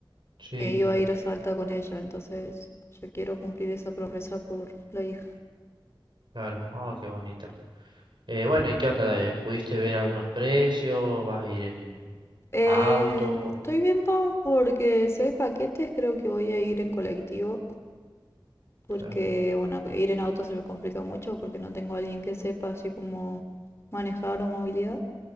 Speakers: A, on the right; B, on the left.
A: Sí,
B: que iba a ir a Salta con ella, entonces yo quiero cumplir esa promesa por la hija.
A: claro. Oh, qué bonito. Eh, bueno, ¿y qué onda? Eh, ¿Pudiste ver algunos precios? ¿Vas a ir en
B: Eh,
A: auto?
B: estoy viendo porque si hay paquetes creo que voy a ir en colectivo porque,
A: Claro,
B: bueno, ir en auto se me complica mucho porque no tengo a alguien que sepa así como manejar o movilidad.